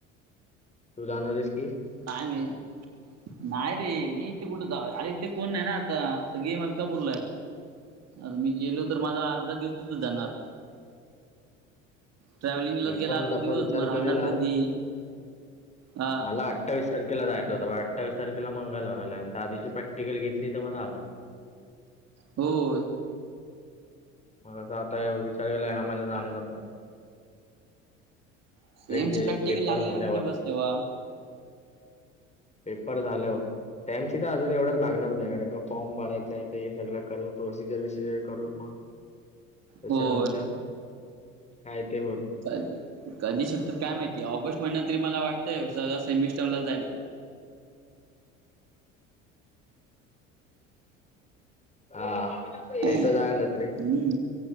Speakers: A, on the left (about 15°); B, on the right (about 40°).
A: तू जाणार आहेस की?
B: काय माहित. नाही रे मी इथे कुठे जा, अरे इथे कोण नाही ना आता सगळे मलकापूरला आहेत. आर मी गेलो तर माझा अर्धा दिवस तिथं जाणार. ट्रॅव्हलिंगलाच
A: मी
B: गेला
A: पण
B: अर्धा
A: तसा
B: दिवस
A: विचार
B: मग राहणार
A: केलेला
B: कधी हा
A: मला. अठ्ठावीस तारखेला जायचं होतं. बा अठ्ठावीस तारखेला मंगलवार आलाय आणि त्या दिवशी प्रॅक्टिकली घेतली तर मग आला.
B: होय
A: <inaudible> मगं आता आता या विचार केला ह्या माहिन्यात जाणार आत. नाय.
B: सेम
A: जे
B: ची प्रॅक्टिकल
A: पेपर
B: लागलिया
A: झाल्यावर
B: म्हणजे बस तेव्हा.
A: पेपर झाल्यावर. सेमची तर अजुन एवढ्यात लागणार नाही कारण का फॉर्म भरायचं आहे ते हे सगळं करून प्रोसिजर बीसिजर करून म तेच्यानंतर
B: होय
A: काय ते वर
B: कध कधी सुटतात काय माहिती ऑगस्ट महिन्यात तरी मला वाटतयं ससा सेमिस्टरला जाईल तू.
A: हा. ते
B: हम्म
A: तर जायलाच रे